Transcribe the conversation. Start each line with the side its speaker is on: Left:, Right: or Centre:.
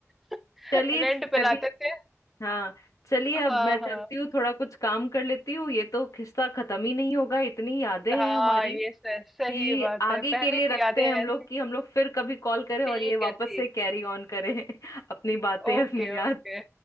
Centre: <laughs>
Left: चलिए
Centre: रेंट पे
Left: मैं
Centre: लाते
Left: भी
Centre: थे
Left: हाँ चलिए
Centre: हाँ
Left: अब मैं
Centre: हाँ
Left: चलती हूँ थोड़ा कुछ काम कर लेती हूँ ये तो किस्सा खत्म ही नहीं होगा इतनी यादें हैं
Centre: हाँ
Left: हमारी
Centre: ये सह, सही
Left: कि
Centre: बात
Left: आगे
Centre: है
Left: के
Centre: पहले
Left: लिए
Centre: की
Left: रखते
Centre: यादें ऐसी
Left: हैं हम लोग कि हम लोग फिर कभी कॉल करें और
Centre: ठीक
Left: ये वापस
Centre: है ठीक
Left: से कैरी ऑन करें <laughs> अपनी बातें
Centre: Okay
Left: अपनी याद
Centre: okay